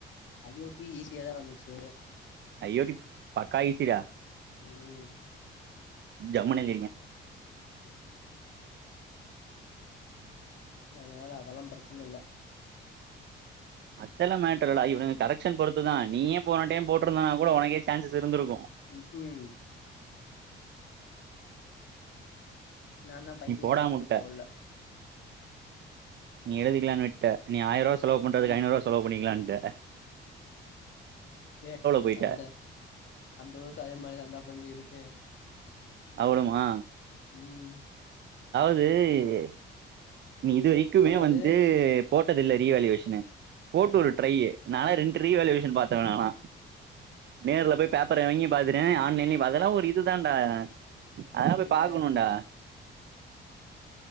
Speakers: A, on the left; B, on the right.
A: ஐ ஓ டி ஈஸியாக தான் வந்துச்சு
B: அய்யோடி பக்கா ஈசி டா
A: உம் உம்
B: ஜம்முன்னு எழுதியிருக்கேன்
A: அதனால அதெல்லாம் பிரச்சனை இல்லை
B: அத்தெல்லாம் மேட்டர்ல்லடா இவனுங்க கரெக்க்ஷன் பொறுத்து தான் நீயே போன டைம் போட்டுருந்தனா கூட உனக்கே சான்சஸ் இருந்திருக்கும்
A: க்ஹூம் <inaudible> நான் தான் பைத்தியக்காரன்
B: நீ போடாம
A: மாரி
B: உட்ட
A: போல
B: நீ எழுதிக்கலான் விட்ட நீ ஆயிரரூவா செலவு
A: ம்
B: பண்ணறதுக்கு
A: ம்
B: ஐநூறுவ செலவு பண்ணிக்காலனு <inaudible>
A: ஏ
B: போயிட்ட
A: சண்ட அந்தளவு <unintelligible> சண்ட பண்ணி இருக்கே
B: அவ்லுமா
A: உம்
B: பேய் நீ இது வரிக்குமே
A: அதாவது
B: வந்தூ போட்டதில்லெ ரீவேல்யுவேஷ்னு போட்டு
A: ஆஹா
B: ஒரு ட்ரைய்யி நாலா ரெண்ரு ரீவேல்யுவேஷன் பாத் தேவயான நேர்ல போய் பேப்பரு வாங்கியூ பாத்துடே ஆன்லைன்லயூ பாத் அதலா ஒரு இதுதான்டா ஆ அதலா
A: எக்ஸ்பீரியன்ஸ்
B: போய் பாக்குணூன்டா